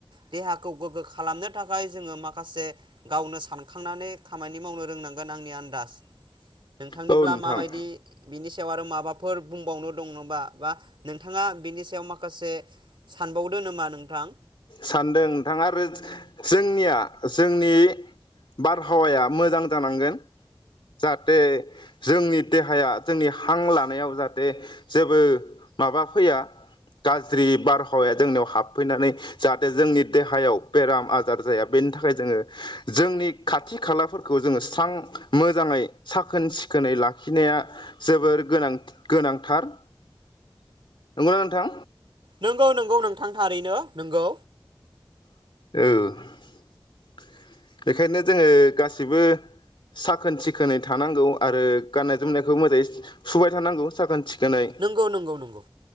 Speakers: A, on the right; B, on the left.
A: देहाखौ गोग्गो खालामनो थाखाय जोङो माखासे गावनो सान खांनानै खामानि मावनो रोंनांगोन आंनि आन्दाज नोंथांनिब्ला
B: औ नोंथां
A: माबायदि बिनि सायाव आरो माबाफोर बुंबावनो दं बा नोंथाङा बिनि सायाव माखासे सानबावदो नोमा नोंथां
B: सानदों नोंथाङा आरो जोंनिया जोंनि बारहावाया मोजां जानांगोन जाहाथे जोंनि देहाया जोंनि हां लानायाव जाहाथे जेबो माबा फैया गाज्रि बारहावाया जोंनियाव हाबफैनानै जाहाथे जोंनि देहायाव बेराम आजार जाया बेनि थाखाय जोङो जोंनि खाथि खालाफोरखौ जोङो स्रां मोजाङै साखोन सिखोनै लाखिनाया जोबोर गोनां गोनांथार नंगौना नोंथां
A: नोंगौ नोंगौ नोंथां थारैनो नोंगौ
B: औ बेखायनो जोङो गासिबो साखोन सिखोनै थानांगौ आरो गान्नाय जोमनायखौ मोजाङै सुबाय थानांगौ साखोन सि गोनै
A: नंगौ नंगौ नंगौ